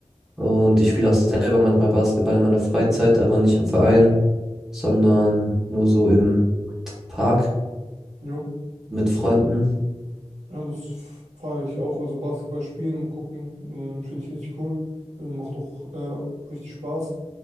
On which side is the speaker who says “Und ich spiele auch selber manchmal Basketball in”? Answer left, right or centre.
Centre